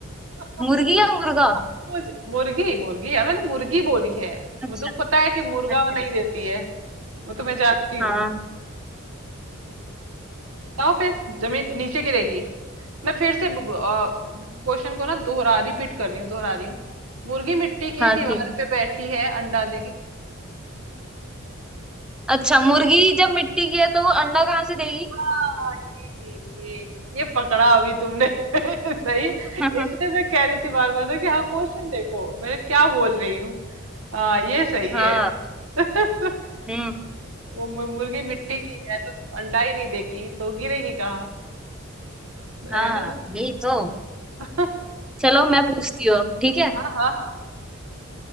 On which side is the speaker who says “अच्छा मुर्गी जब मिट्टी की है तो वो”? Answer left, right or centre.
Centre